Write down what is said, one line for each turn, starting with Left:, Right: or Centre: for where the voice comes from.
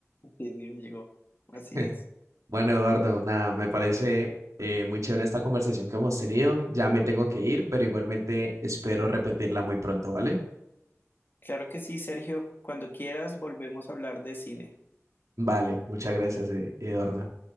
Left: Sí, sí, me llegó. Así
Right: <laughs>
Left: es.
Right: Bueno, Eduardo, nada, me parece eh, muy chévere esta conversación que hemos tenido. Ya me tengo que ir, pero igualmente espero repetirla muy pronto, ¿vale?
Left: Claro que sí, Sergio. Cuando quieras, volvemos a hablar de cine.
Right: Vale, muchas gracias, eh, Eduardo.